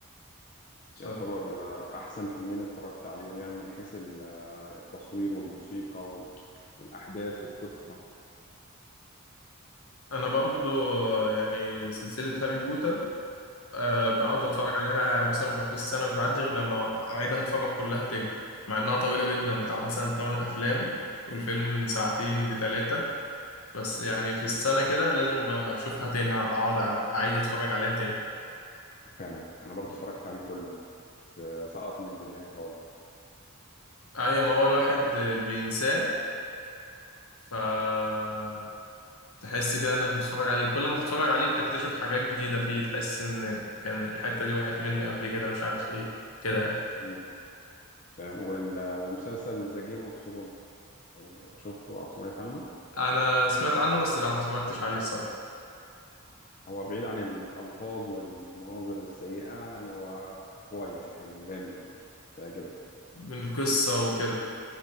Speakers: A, on the left; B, on the left.
A: ف-
B: يعتبر آه، احسن فيلمين اتفرجت عليهم يعني من حيث ال- آه، التصوير والموسيقى وال- والاحداث والقصة
A: انا برضو يعني سلسله هابي بوتا آه بقعد اتفرج
B: اه
A: عليها مثلا ما فيش سنه بتعدي غير لما اعيدها اتفرج كلها تاني مع انها طويله جدا بتاع مثلا 8 افلام والفيلم من ساعتين لتلاتة بس يعني في السنة كده لازم أشوفها تاني أقعد أع- أعيد أتفرج عليها تاني
B: فعلا انا برضو اتفرجت عليه كله بس آه، سقط من دماغي خالص
A: أي ما هو الواحد بينساه فتحس كده إنك بتتفرج عليه وكل ما تتفرج عليه بتكتشف حاجات جديدة فيه تحس إن كان الحتة دي وقعت مني قبل كده مش عارف إيه كده يعني
B: امم تمام وال- ومسلسل ذا جيم اوف ثرون حلو شفته او سمعت عنه
A: أنا سمعت عنه بس لا ما اتفرجتش عليه الصراحة
B: هو بعيد عن الالفاظ والمناظر السيئه يعني هو كويس حلو جامد يعني هيعجبك
A: من القصة وكده